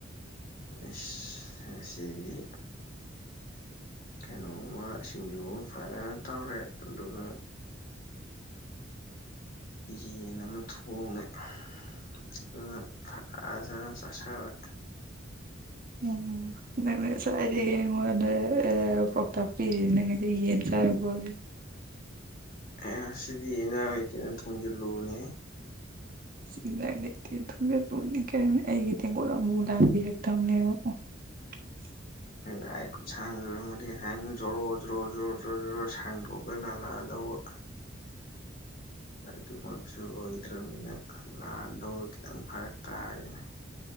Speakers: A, on the left; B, on the right.
A: ꯑꯁ ꯉꯁꯤꯗꯤ ꯀꯩꯅꯣꯝꯃ ꯁꯤꯡꯖꯨ ꯑꯃ ꯐꯖꯅ ꯇꯧꯔꯦ ꯑꯗꯨꯒ ꯌꯦꯟ ꯑꯃ ꯊꯣꯡꯉꯦ ꯑꯗꯨꯒ ꯐꯖꯅ ꯆꯥꯥꯁꯜꯂꯦ
B: ꯎꯝ ꯅꯪꯅ ꯉꯁꯥꯏꯗꯩ ꯑꯩꯉꯣꯟꯗ ꯑ ꯄꯥꯎꯇꯥꯛ ꯄꯤꯔꯤꯁꯤꯗꯤ ꯅꯪꯅꯗꯤ ꯌꯦꯟ ꯆꯥꯔꯨꯕꯩ ꯑꯣꯏꯔꯦ
A: ꯑꯁ ꯉꯁꯤꯗꯤ ꯏꯟꯖꯥꯡ ꯂꯩꯇꯦꯅ ꯊꯣꯡꯖꯤꯜꯂꯨꯕꯅꯦ
B: ꯁꯤ ꯂꯥꯏ ꯂꯩꯇꯦ ꯑꯗꯨꯗ ꯇꯨꯅꯤ ꯀꯩꯅ ꯑꯩꯒꯤ ꯇꯦꯡꯀꯣꯠ ꯑꯃꯕꯨꯛ ꯂꯥꯟꯕꯤꯔꯛꯇꯕꯅꯦꯕ ꯑꯣ <inaudible>
A: ꯂꯥꯏ ꯈꯨꯠꯁꯥꯡꯕꯤ ꯑꯣꯏꯔꯝꯃꯗꯤ ꯉꯁꯥꯏꯅ ꯖꯣꯔꯣ ꯖꯣꯔꯣ ꯖꯣꯔꯣ ꯖꯣꯔꯣ ꯁꯥꯡꯗꯣꯛꯑꯒ ꯂꯥꯜꯂꯛꯑꯗꯧꯕ ꯑꯗꯨꯃꯛꯁꯨ ꯑꯣꯏꯗ꯭ꯔꯃꯤꯅ ꯂꯥꯟꯗꯧꯗꯣ ꯈꯤꯇꯪ ꯐꯔꯛ ꯇꯥꯔꯦꯅꯦ